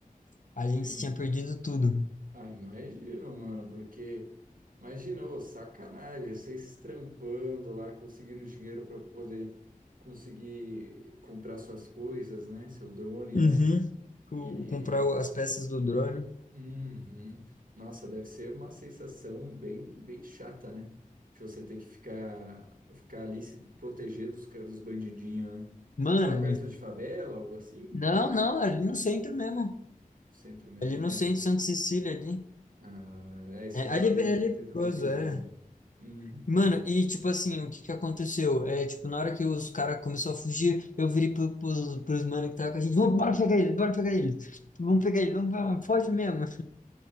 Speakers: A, on the left (about 60°); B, on the right (about 70°).
A: a gente
B: Hum.
A: tinha perdido tudo.
B: Ah, imagino, mano, porque imagina, ô, sacanagem, vocês trampando lá, conseguindo dinheiro para poder conseguir comprar suas coisas, né? Seu drone,
A: Uhum.
B: né?
A: O-
B: E
A: comprar o- as peças do drone.
B: uhum. Nossa, deve ser uma sensação bem, bem chata, né? De você ter que ficar, ficar ali se proteger dos, ca- dos bandidinhos, né?
A: Mano,
B: Tava perto de favela, algo assim?
A: Não, não, ali no centro mesmo.
B: Centro mesmo,
A: Ali no
B: é.
A: centro, Santa Cecília, ali.
B: Ah, é, esses
A: É, ali,
B: lados
A: é bem- ali é
B: tem
A: perigoso,
B: que tomar cuidado,
A: é.
B: né? Uhum.
A: Mano, e tipo assim, o que que aconteceu? É, tipo, na hora que os caras começaram a fugir, eu virei pro, pros, pros mano que tava com a gente, vamos, bora pegar ele, bora pegar ele. Vamos pegar ele, vamos, vamos, foge mesmo.